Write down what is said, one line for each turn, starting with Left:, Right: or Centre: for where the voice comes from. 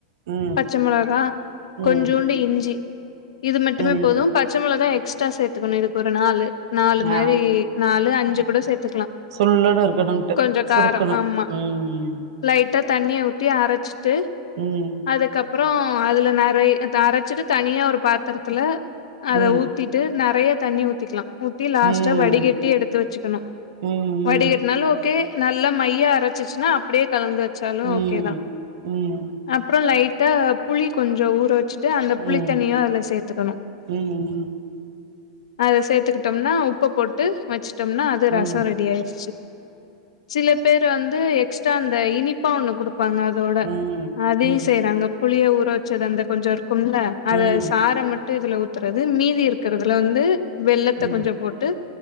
Right: ம்
Left: பச்ச மெளகா
Right: ம்
Left: கொஞ்சூண்டு இஞ்சி இது மட்டுமே
Right: ம்
Left: போது பச்ச மொளகா எக்ஸ்ட்ரா சேத்துக்கணு இதுக் ஒரு நாலு நாலு மாரி
Right: ஆ
Left: நாலு அஞ்சு கூட சேத்துக்கலா
Right: சுல்லுனு இருக்கணுன்ட்டு
Left: கொஞ்சோ காரோ
Right: சுருக்குணு
Left: ஆமா
Right: ம்
Left: லைட்டா தண்ணிய ஊத்தி அரச்சிட்டு
Right: ம்
Left: அதுக்கப்பறோ அதுல நெறை அரச்சிட்டு தனியா ஒரு பாத்தரத்துல அத
Right: ம்
Left: ஊத் ஊத்திட்டு நறையா தண்ணி ஊத்திக்கலா ஊத்தி லாஸ்ட்டா
Right: ம் ம்
Left: வடிகட்டி எடுத்து வச்சுக்கணும்
Right: ம்
Left: வடிகட்டுனாலு கே நல்ல மையா அரச்சிச்சுன்னா அப்டியே கலந்து வச்சாலு
Right: ம் ம்
Left: ஓகே தா
Right: ம்
Left: அப்பறோ லைட்டா புளி கொஞ்சோ ஊற வச்சு ட்டு அந்த புளித்தண்ணியு
Right: ம் ம்
Left: அதுல சேத்துக்கணு
Right: ம் ம்
Left: அத சேத்துக்கிட்டோம்னா உப்ப போட்டு வச்சுட்டோம்னா அது
Right: ம்
Left: ரசோ ரெடியாயிருச்சு சில பேரு வந்து எக்ஸ்ட்ரா அந்த இனிப்பா ஒண்ணு குடுப்பாங்க அதோட
Right: ம்
Left: அதயு
Right: ம் ம்
Left: செய்றாங்க புளிய ஊற வச்சது அந்த கொஞ்சோ இருக்கும்ல அத
Right: ம்
Left: சாற மட்டு இதுல ஊத் துறது மீதி இருக்கறதுல வந்து வெள்ளத்த
Right: ம்
Left: கொஞ்சம் போட்டு.